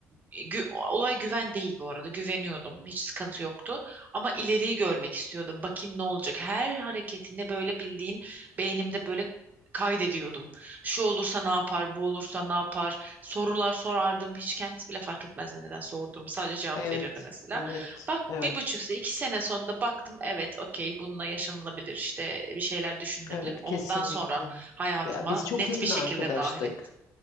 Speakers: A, on the right; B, on the left.
A: gü- olay güven değil bu arada. Güveniyordum. Hiç sıkıntı yoktu. Ama ileriyi görmek istiyordum. Bakayım ne olacak. Her hareketini böyle bildiğin beynimde böyle kaydediyordum. Şu olursa ne yapar, bu olursa ne yapar. Sorular sorardım. Hiç kendisi bile fark etmezdi neden sorduğumu. Sadece cevap
B: evet,
A: verirdi mesela.
B: evet,
A: Bak
B: evet,
A: bir buçuk sene, iki sene sonunda baktım. Evet, okey, bununla yaşanılabilir. işte bir şeyler düşünülebilir.
B: evet,
A: Ondan
B: kesinlikle.
A: sonra hayatıma
B: Ya biz çok
A: net
B: yakın
A: bir şekilde
B: arkadaştık.
A: dahil ettim.